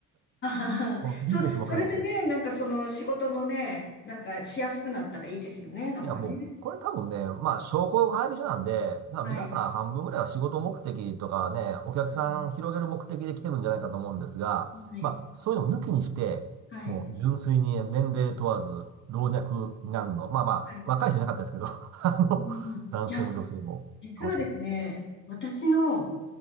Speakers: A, on the left; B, on the right.
A: あはは。
B: もうビジネスも兼ねて、
A: そ、それでね、なんかその仕事のね、なんかしやすくなったらいいですよね。なんかね。
B: いや、もう、これ多分ね、まあ、商工会議所なんで、まあ皆さん半分ぐらいは仕事目的とかね、
A: はい。
B: お客さん広げる目的で来てるんじゃないかと思うんですが、
A: あのはい。
B: まあ、そういうのを抜きにして、
A: はい。
B: もう純粋に年齢問わず、老若男女、まあまあ、
A: はい。
B: 若い人いなかったですけど、<laughs> あの、
A: うん。いや、
B: 男性も女性も楽しめる。
A: 実はですね、私の、